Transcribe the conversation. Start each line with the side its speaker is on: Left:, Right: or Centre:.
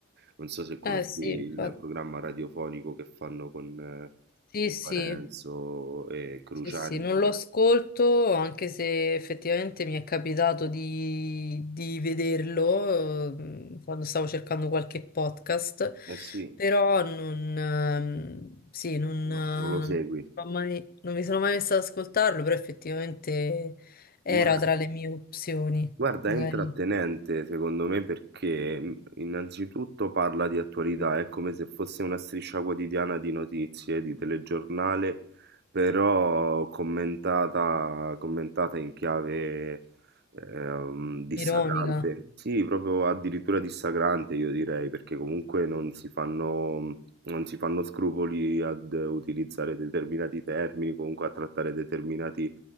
Right: Non so se conosci
Left: Eh sì,
Right: il
Left: infatti,
Right: programma radiofonico che fanno con, eh,
Left: sì,
Right: con
Left: sì.
Right: Parenzo e Cruciani.
Left: Sì, sì, non lo ascolto, anche se effettivamente mi è capitato di, di vederlo ehm, quando stavo cercando qualche podcast,
Right: Eh sì,
Left: però non, ehm, sì, non, eh,
Right: no, non lo segui,
Left: non ho mai- non mi sono mai messa ad ascoltarlo, però effettivamente era
Right: ma
Left: tra le mie opzioni,
Right: Guarda,
Left: magari
Right: è intrattenente secondo me perché mh, innanzitutto parla di attualità, è come se fosse una striscia quotidiana di notizie, di telegiornale, però commentata, commentata in chiave ehm, dissacrante,
Left: ironica.
Right: sì, proprio addirittura dissacrante io direi, perché comunque non si fanno, mm, non si fanno scrupoli ad utilizzare determinati termini, comunque a trattare determinati